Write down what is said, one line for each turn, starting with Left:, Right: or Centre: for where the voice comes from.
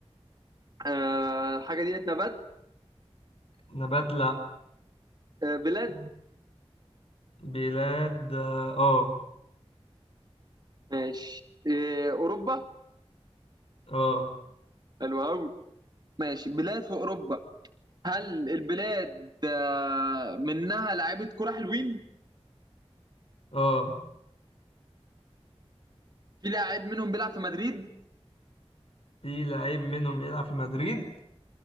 Right: آه الحاجه ديت نبات
Left: نبات لا
Right: آه بلاد
Left: بلاد اه آه.
Right: ماشي آه اوروبا
Left: اه
Right: حلو قوي ماشي بلاد في اوروبا هل البلاد آه منها لعيبه كوره حلوين
Left: اه
Right: في لاعب منهم بيلعب في مدريد
Left: في لعيب منهم يلعب في مدريد